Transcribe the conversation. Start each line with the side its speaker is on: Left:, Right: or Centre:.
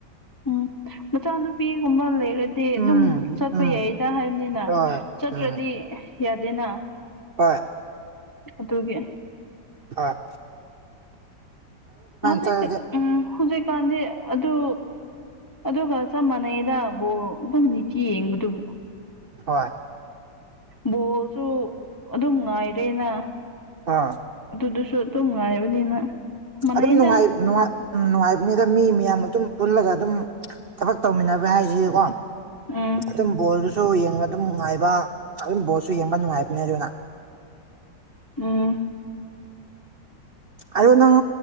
Left: ꯎꯝ ꯃꯆꯥꯅꯨꯄꯤꯒꯨꯝꯕ ꯂꯩꯔꯗꯤ ꯑꯗꯨꯝ
Right: ꯎꯝ
Left: ꯆꯠꯄ
Right: ꯎꯝ
Left: ꯌꯥꯏꯗ ꯍꯥꯏꯕꯅꯤꯅ
Right: ꯍꯣꯏ
Left: ꯆꯠꯇ꯭ꯔꯗꯤ
Right: ꯎꯝ
Left: ꯌꯥꯗꯦꯅ
Right: ꯍꯣꯏ
Left: ꯑꯗꯨꯒꯤ
Right: ꯑꯥ
Left: ꯍꯧꯖꯤꯛꯇꯤ
Right: ꯆꯠꯂꯗꯤ
Left: ꯎꯝ ꯍꯧꯖꯤꯛꯀꯥꯟꯗꯤ <unintelligible> ꯑꯗꯨ ꯑꯗꯨꯒ ꯆꯞ ꯃꯥꯟꯅꯩꯗ ꯕꯣ ꯑꯗꯨꯝ ꯅꯤꯇꯤ ꯌꯦꯡꯕꯗꯨꯕꯨ
Right: ꯍꯣꯏ
Left: ꯕꯣꯜꯁꯨ ꯑꯗꯨꯝ ꯉꯥꯏꯔꯦꯅ
Right: ꯑꯥ
Left: ꯑꯗꯨꯗꯨꯁꯨ ꯑꯗꯨꯝ ꯉꯥꯏꯕꯅꯤꯅ ꯃꯥꯟꯅꯩꯗ
Right: ꯑꯗꯨꯝ ꯅꯨꯡꯉꯥꯏ ꯅꯨꯡꯉꯥꯏ ꯎꯝ ꯅꯨꯡꯉꯥꯏꯕꯅꯤꯗ ꯃꯤ ꯃꯌꯥꯝ ꯑꯗꯨꯝ ꯄꯨꯜꯂꯒ ꯑꯗꯨꯝ ꯊꯕꯛ ꯇꯧꯃꯤꯟꯅꯕ ꯍꯥꯏꯖꯤꯗꯤꯀꯣ
Left: ꯎꯝ
Right: ꯑꯗꯨꯝ ꯕꯣꯜꯗꯨꯁꯨ ꯌꯦꯡꯕ ꯑꯗꯨꯝ ꯅꯨꯡꯉꯥꯏꯕ ꯑꯗꯨꯝ ꯕꯣꯜꯁꯨ ꯌꯦꯡꯕ ꯅꯨꯡꯉꯥꯏꯕꯅꯦ ꯑꯗꯨꯅ
Left: ꯎꯝ
Right: ꯑꯗꯣ ꯅꯪ